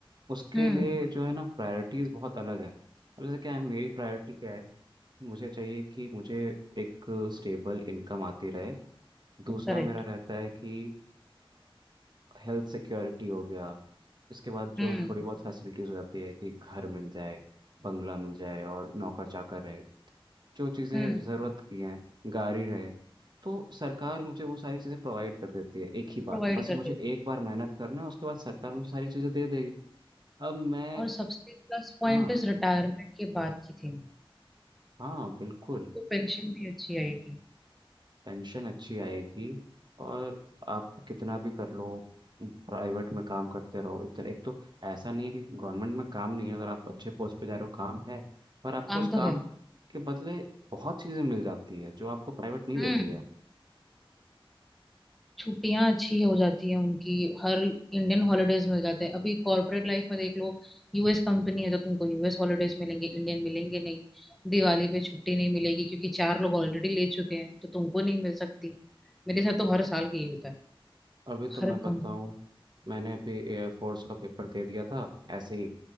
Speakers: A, on the right; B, in the centre.
A: उसके
B: हम्म
A: लिए जो है ना प्रायोरिटीज़ बहुत अलग है अब जैसे क्या है मेरी प्रायोरिटी क्या है मुझे चाहिए कि मुझे एक स्टेबल इनकम आती रहे दूसरा
B: करेक्ट
A: मेरा रहता है कि हेल्थ सिक्योरिटी हो गया इसके बाद जो
B: हम्म
A: थोड़ी बहुत फैसिलिटीज़ हो जाती है कि घर मिल जाए बंगला मिल जाए और नौकर चाकर रहे जो चीज़ें
B: हम्म
A: ज़रूरत की हैं गाड़ी है तो सरकार मुझे वो सारी चीज़ें प्रोवाइड कर देती है एक ही बार
B: प्रोवाइड
A: बस
B: करते
A: मुझे
B: हैं।
A: एक बार मेहनत करना है उसके बाद सरकार मुझे सारी चीज़ें दे देगी अब मैं
B: और सबसे प्लस पॉइंट
A: हाँ
B: इस रिटायरमेंट के बाद की थी
A: हाँ बिल्कुल
B: तो पेंशन भी अच्छी आएगी
A: पेंशन अच्छी आएगी और आप कितना भी कर लो प्राइवेट में काम करते रहो इतना एक तो ऐसा नहीं है कि गवर्नमेंट में काम नहीं है अगर आप अच्छे पोस्ट पे जा रहे हो काम है पर आपको
B: काम
A: उस
B: तो
A: काम
B: है
A: के बदले बहुत चीज़ें मिल जाती है जो आपको प्राइवेट नहीं
B: हम्म
A: देती है
B: छुट्टियां अच्छी हो जाती है उनकी हर इंडियन हॉलीडेज मिल जाते हैं अभी कॉर्पोरेट लाइफ में देख लो यूएस कंपनी है तो तुमको यूएस हॉलीडेज मिलेंगे इंडियन मिलेंगे नहीं दिवाली पे छुट्टी नहीं मिलेगी क्योंकि चार लोग ऑलरेडी ले चुके हैं तो तुमको नहीं मिल सकती मेरे साथ तो हर साल यही होता है
A: अभी तो
B: हर
A: मैं बताऊं
B: कम
A: मैंने अभी एयरफोर्स का पेपर दे दिया था ऐसे ही